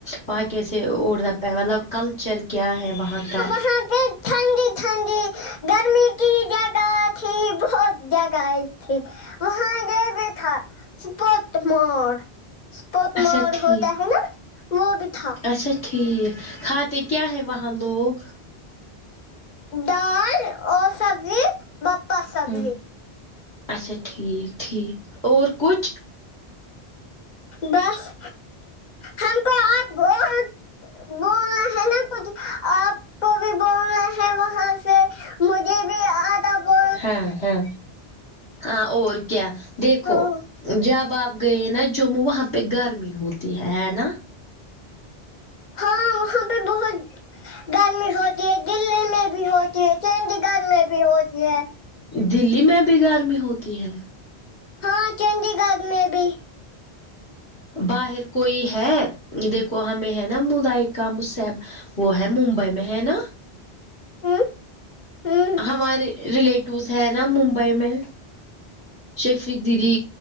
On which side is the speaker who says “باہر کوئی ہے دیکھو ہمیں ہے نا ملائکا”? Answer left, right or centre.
Left